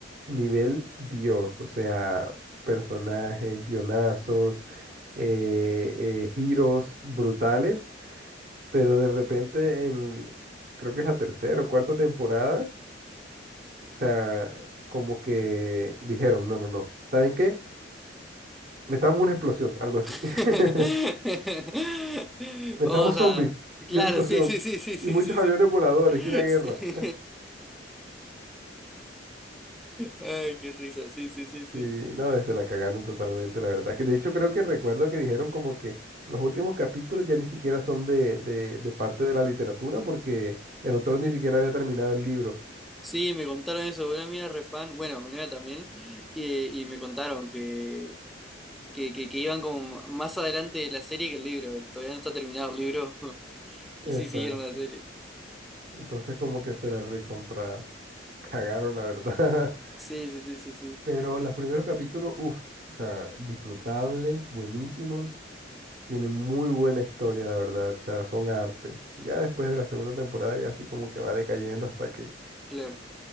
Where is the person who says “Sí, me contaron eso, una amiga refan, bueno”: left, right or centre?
Centre